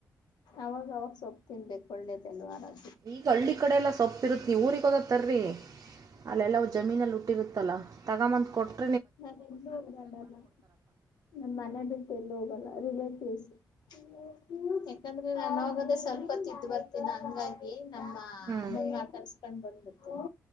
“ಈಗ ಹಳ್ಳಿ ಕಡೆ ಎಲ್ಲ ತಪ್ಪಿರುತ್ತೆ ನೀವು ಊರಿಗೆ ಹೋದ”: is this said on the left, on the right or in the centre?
Right